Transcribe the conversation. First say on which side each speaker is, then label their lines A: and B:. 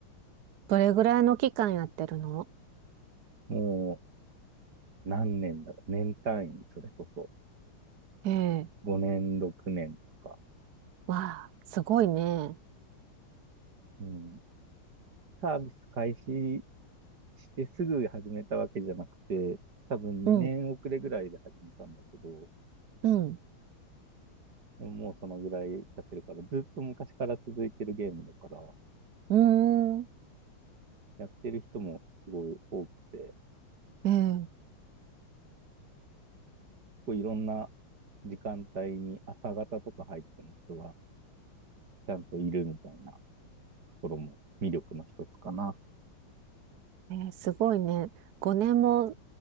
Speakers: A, on the right (about 65°); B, on the right (about 50°).
A: どれぐらいの期間やってるの
B: もう何年だろう。年単位、それこそ。
A: ええ、
B: 5年、6年とか。
A: わあ、すごいね。
B: うん。サービス開始してすぐ始めたわけじゃなくて、多分2年遅れぐらいで始めたんだけど、
A: うん、うん、
B: もうそのぐらいやってるから、ずっと昔から続いてるゲームだから、
A: うーん。
B: やってる人もすごい多くて、
A: ええ
B: こういろんな時間帯に朝方とか入ってる人がちゃんといるみたいなところも魅力の一つかな。
A: えーすごいね。5年も